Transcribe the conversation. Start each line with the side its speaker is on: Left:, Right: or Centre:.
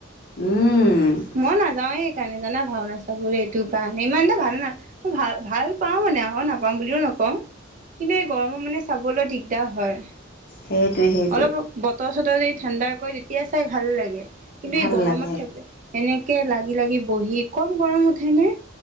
Left: উম।
Right: মই নাযাওঁয়ে সেইকাৰণে জানা ভাওনা চাবলে এইটো কাৰণে, ইমান এটা ভাল না ভাল ভাল পাওঁ মানে আক নাপাওঁ বুলিও নকওঁ। কিন্তু এই গৰমত মানে চাবলৈ দিগদাৰ হয়।
Left: সেইটোৱেহে
Right: অলপ বতৰ চতৰ যদি ঠাণ্ডা কৰে তেতিয়া চাই ভাল লাগে, কিন্তু
Left: ভাল
Right: এই গৰমত
Left: লাগে
Right: থ- এনেকে লাগি লাগি বহি কম গৰম উঠে নে!